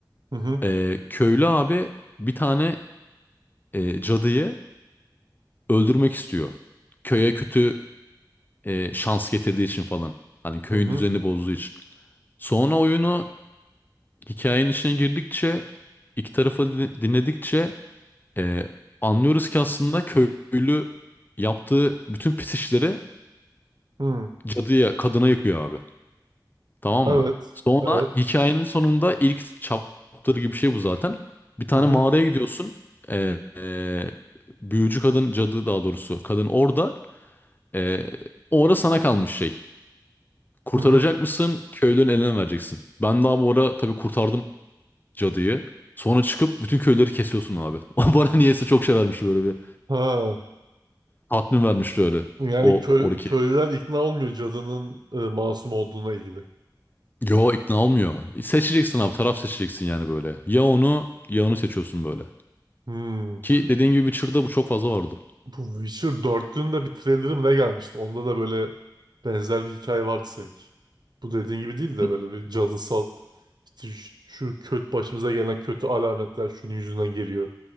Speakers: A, on the right; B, on the left.
A: Hı hı.
B: Ee, köylü abi bir tane e, cadıyı öldürmek istiyor. Köye kötü e, şans getirdiği için falan. Hani köyün
A: Hı hı.
B: düzenini bozduğu için. Sonra oyunu hikayenin içine girdikçe iki tarafı din- dinledikçe Ee, anlıyoruz ki aslında köylü yaptığı bütün pis işleri
A: hı. Hı.
B: cadıya, kadına yıkıyor abi. Tamam
A: Evet.
B: mı? Sonra
A: Evet.
B: hikayenin sonunda ilk chapter gibi bir şey bu zaten. Bir tane
A: Hı hı.
B: mağaraya gidiyorsun. Ee, e, büyücü kadın, cadı daha doğrusu. Kadın orada. Ee, o ara sana kalmış şey. Kurtaracak
A: Hı hı.
B: mısın? Köylünün eline mi vereceksin. Ben daha bu ara tabii kurtardım cadıyı. Sonra çıkıp bütün köyleri kesiyorsun abi. <laughs> Bana niyeyse çok şey vermiş böyle bir
A: Ha.
B: Tatmin vermişti öyle.
A: Yani
B: O
A: köy,
B: 12.
A: köylüler ikna olmuyor cadının e, masum olduğuna ilgili.
B: Yo ikna olmuyor. Seçeceksin abi taraf seçeceksin yani böyle. Ya onu ya onu seçiyorsun böyle.
A: Hı.
B: Ki dediğin gibi Witcher'da bu çok fazla vardı.
A: Bu Witcher 4'ün de bir trailerı mı ne gelmişti? Onda da böyle benzer bir hikaye vardı sanki. Bu dediğin gibi değil de
B: M-
A: böyle bir cadısal işte şu, şu kötü başımıza gelen kötü alametler şunun yüzünden geliyor.